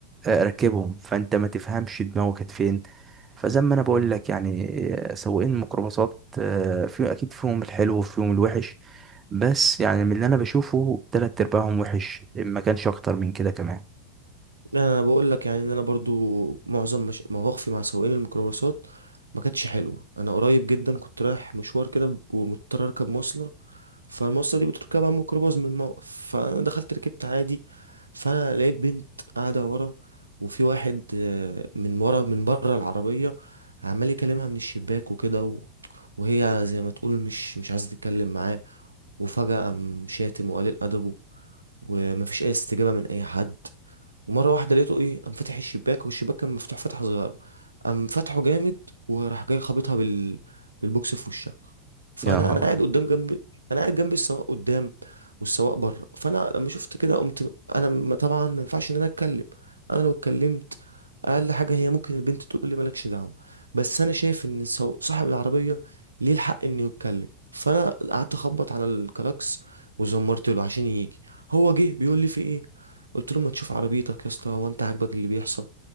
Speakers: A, on the right; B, on the right.
A: آه، ركبهم فانت ما تفهمش دماغه كانت فين فزي ما انا بقول لك يعني آه، سواقين الميكروباصات آه، في اكيد فيهم الحلو وفيهم الوحش بس يعني من اللي انا بشوفه تلات ارباعهم وحش ما كانش اكتر من كده كمان
B: لا، انا بقول لك يعني ان انا برضو معظم مش... مواقفي مع سواقين الميكروباصات ما كانتش حلوه انا قريب جدا كنت رايح مشوار كده ومضطر اركب مواصله فالمواصله دي بتركبها ميكروباص من الموقف فانا دخلت ركبت عادي فانا لقيت بنت قاعده ورا وفي واحد آه، من ورا من بره العربيه عمال يكلمها من الشباك وكده و... وهي زي ما تقول مش مش عايزه تتكلم معاه وفجاه قام شاتم وقليل ادبه ومفيش اي استجابه من اي حد ومره واحده لقيته ايه قام فاتح الشباك والشباك كان مفتوح فتحه صغيره قام فتحه جامد وراح جاي خابطها بال بالبوكس في وشها فانا
A: يا نهار
B: انا قاعد
A: أبيض.
B: قدام جنبي انا قاعد جنب السواق قدام والسواق بره فانا لما شفت كده قمت انا م- طبعا ما ينفعش ان انا اتكلم انا لو اتكلمت اقل حاجه هي ممكن البنت تقول لي مالكش دعوه بس انا شايف ان السو- صاحب العربيه ليه الحق انه يتكلم فانا قعدت اخبط على الكلاكس وزمرت له عشان يجي هو جه بيقول لي في ايه قلت له ما تشوف عربيتك يا اسطى هو انت عاجبك اللي بيحصل